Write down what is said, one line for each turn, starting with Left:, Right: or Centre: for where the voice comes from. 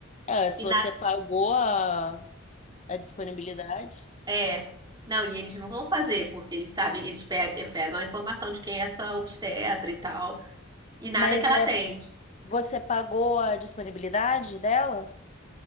Left: É, se
Right: E
Left: você
Right: na
Left: pagou a, a disponibilidade.
Right: É. Não, e eles não vão fazer, porque eles sabem, eles pe- eh, pegam a informação de quem é sua obstetra e tal, e nada
Left: Mas
Right: que ela
Left: é,
Right: atende.
Left: você pagou a disponibilidade dela?